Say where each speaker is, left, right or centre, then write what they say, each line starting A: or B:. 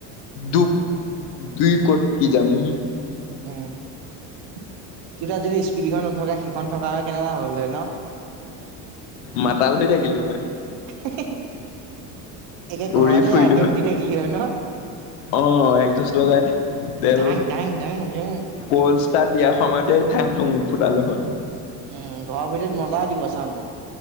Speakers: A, on the left; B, on the right.
A: দুখ। দুই কত কি যাম।
B: উম' তোৰ তাত যদি স্পিডখন নথকা। এখন থকা হয় কেনেকুৱা হ'ল হয় ন।
A: মাতাল ধৰি থাকিলো হয়।
B: <unintelligible> একে
A: উৰি
B: ঘৰতে
A: ফুৰিলো
B: আৰ পি
A: হয়,
B: এম দি থাকিলি হয় ন?
A: অ একজেষ্ট লগাই তেল
B: ধাং ধাং ধাং ধাং।
A: কলষ্টা দিয়া সময়তে থাং থুং ফুটালো হয়।
B: উম, ঘৰৰ ভিতৰত মজাও দিব চাওঁ চাউণ্ডটো।